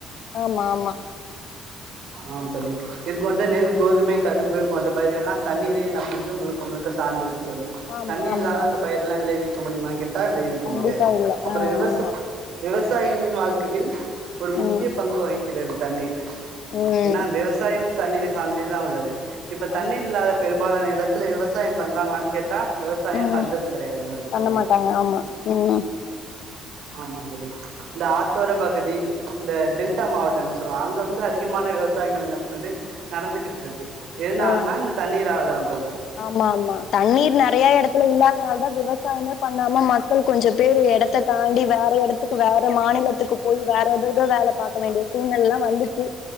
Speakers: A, on the left; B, on the right.
A: ஆமா ஆமா
B: ஆம் தலிக் இது போன்ற நெல் கோதுமை கரும்பு போன்ற பயிர்கள் எல்லா தண்ணீரே இன்னா பன்னுது முழுக்க முழுக்க சாந்திருக்கு தோழி
A: ஆமா
B: தண்ணீர்
A: ஆமா
B: இல்லாத
A: ஆமா
B: அந்த பயிர்லா விளைவிக்க முடியுமான் கேட்டா விளைவிக்க
A: கண்டிப்பா
B: முடியாது
A: இல்ல
B: அப்புற
A: ஆ
B: விவசா விவசாயிகளின் வாழ்க்கையில் ஒரு முக்கிய
A: ஆமா
B: பங்கு வகிக்கிறது தண்ணீர்
A: ம்
B: ஏனா
A: ம்
B: விவசாயமும் தண்ணீரை சார்ந்தே தா உள்ளது இப்ப தண்ணீர்
A: ஆமா
B: இல்லாத பெரும்பாலான இடத்துல விவசாயம் பண்றாங்களான் கேட்டா விவசாயம்
A: ம்
B: பண்றது கடையாதுங்க
A: பண்ண
B: தோழி
A: மாட்டாங்க ஆமா ம்
B: ஆமா தோழி இந்த ஆத்தோர பகுதி இந்த டெல்டா மாவட்டங்க சொல்லுவாங்க அங்க வந்து அதிகமான விவசாயங்க என்ன பண்ணுது நடந்துகிட்ருக்கு எதனால்னா
A: ஆ
B: இந்த தண்ணீரால தா தோழி
A: ஆமா ஆமா தண்ணீர் நறைய எடத்துல இல்லாதனால தா விவசாயமே பண்ணாம மட் குனுகொஞ்ச பேர் எடத்த தாண்டி வேற எடத்துக் க்கு வேற மாநிலத்துக்கு போய் வேற ஏதேதோ வேல பாக்க வேண்டிய சூழ்நிலைலா வந்துச்சி